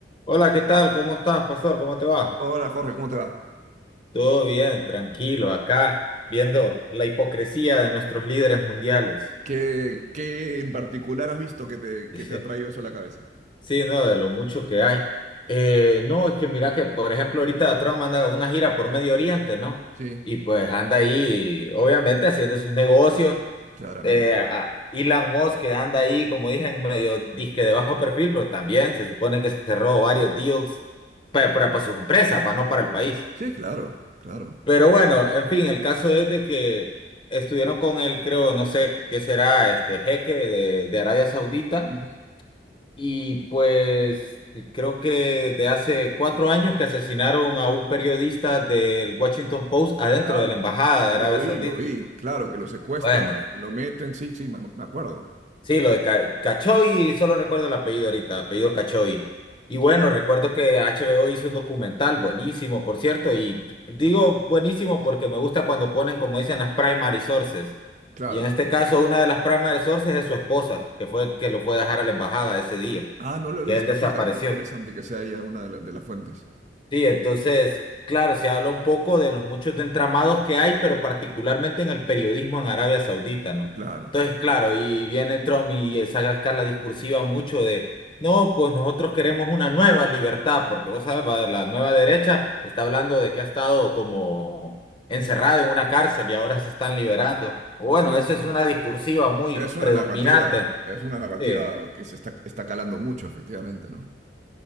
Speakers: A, on the left; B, on the right.
A: Hola, ¿qué tal? ¿Cómo estás, pastor? ¿Cómo te va?
B: Hola Jorge, ¿cómo te va?
A: Todo bien, tranquilo, acá viendo la hipocresía de nuestros líderes mundiales.
B: ¿Qué, qué en particular has visto que te, que
A: <laughs>
B: te ha traído eso a la cabeza?
A: Sí, no, de lo mucho que hay. Eh, no, es que mira que, por ejemplo, ahorita Trump anda una gira por Medio Oriente, ¿no?
B: Sí,
A: Y pues anda ahí, obviamente, haciendo sus negocios.
B: claramente.
A: Eh, a- Elon Musk que anda ahí, como dije, en medio disque de bajo perfil, pero también se supone que cerró varios deals pa- para, para sus empresas, para no para el país.
B: Sí, claro, claro.
A: Pero bueno, en fin, el caso es de que estuvieron con él, creo, no sé qué será, este jeque de, de Arabia Saudita,
B: Ujú.
A: y pues creo que desde hace cuatro años que asesinaron a un periodista del Washington Post adentro
B: Claro,
A: de la embajada de
B: lo
A: Arabia
B: vi,
A: Saudita.
B: lo vi. Claro, que lo secuestran,
A: Bueno,
B: lo, lo meten, sí, sí, me, me acuerdo.
A: Sí, lo de Ca- Cachoy, solo recuerdo el apellido ahorita, apellido
B: Ajá.
A: Cachoy. Y bueno, recuerdo que HBO hizo un documental buenísimo, por cierto, y t- digo buenísimo porque me gusta cuando ponen, como dicen, las primary sources.
B: Claro.
A: Y en este caso, una de las primary sources es su esposa, que fue el que lo fue a dejar a la embajada ese día,
B: Ah, no lo he
A: que
B: visto,
A: él desapareció.
B: fíjate, qué interesante que sea ya una de, la- de las fuentes.
A: Sí, entonces, claro, se habla un poco de los muchos de entramados que hay, pero particularmente en el periodismo en Arabia Saudita, ¿no?
B: Claro,
A: Entonces,
B: claro.
A: claro, y viene Trump y esa la discursiva mucho de, no, pues nosotros queremos una nueva libertad, porque vos sabes, va- la nueva derecha está hablando de que ha estado como encerrada en una cárcel y ahora se están liberando. Bueno,
B: Sí,
A: esa
B: sí.
A: es una discursiva muy
B: Es una
A: predominante.
B: narrativa, es una narrativa
A: Sí,
B: que se está, está calando mucho, efectivamente, ¿no?